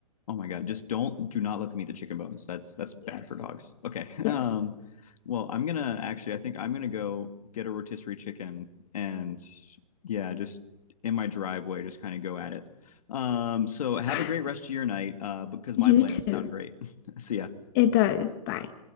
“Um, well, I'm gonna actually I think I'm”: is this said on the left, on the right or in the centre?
Left